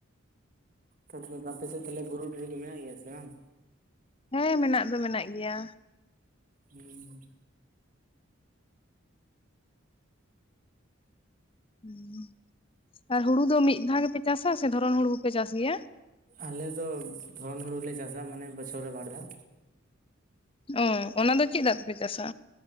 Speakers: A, on the right (about 40°); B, on the left (about 25°).
A: ᱛᱚᱨᱮ ᱟᱯᱮ ᱥᱮᱫ ᱛᱟᱦᱚᱞᱮ ᱵᱩᱨᱩ ᱴᱩᱨᱩ ᱠᱚ ᱢᱮᱱᱟᱜ ᱜᱮᱭᱟ ᱥᱮ ᱵᱟᱝ?
B: ᱦᱮᱸ ᱢᱮᱱᱟᱜ ᱫᱚ ᱢᱮᱱᱟᱜ ᱜᱮᱭᱟ
A: ᱦᱩᱸᱻ
B: ᱦᱩ ᱟᱨ ᱦᱩᱲᱩ ᱫᱚ ᱢᱤᱫ ᱫᱷᱟᱣ ᱜᱮᱯᱮ ᱪᱟᱥᱟ ᱥᱮ ᱫᱷᱚᱨᱚᱱ ᱦᱩᱲᱩ ᱦᱚᱸᱯᱮ ᱪᱟᱥ ᱜᱮᱭᱟ?
A: ᱟᱞᱮ ᱫᱚ ᱫᱷᱚᱨᱚᱱ ᱦᱩᱲᱩ ᱞᱮ ᱪᱟᱥᱟ ᱢᱟᱱᱮ ᱵᱚᱪᱷᱚᱨ ᱨᱮ ᱵᱟᱨ ᱫᱷᱟᱣ
B: ᱚ ᱚᱱᱟ ᱫᱚ ᱪᱮᱫ ᱫᱟᱜ ᱛᱮᱯᱮ ᱪᱟᱥᱟ?